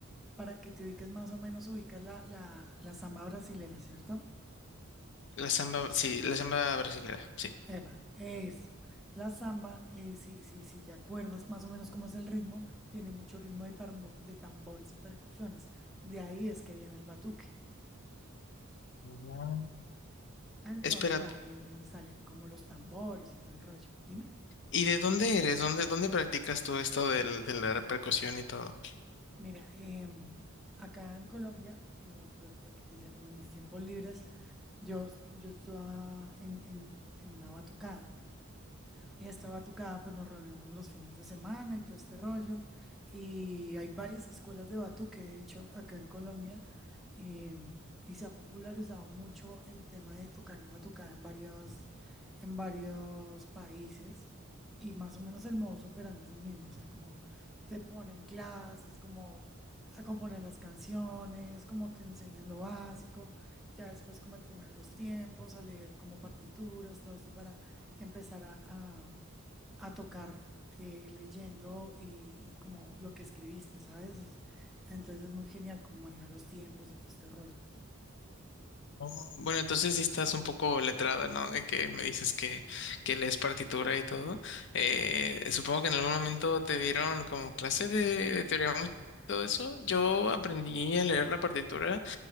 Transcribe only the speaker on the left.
la samba, sí, la samba brasileña, sí.
Ah.
Espera,
¿y de dónde eres? ¿Dónde, dónde practicas tú esto del, de la percusión y todo?
Oh, Bueno, entonces sí estás un poco letrada, ¿no? De que me dices que, que lees partitura y todo. Eh, supongo que en algún momento te dieron como clase de, de teoría musical y todo eso. Yo aprendí a leer la partitura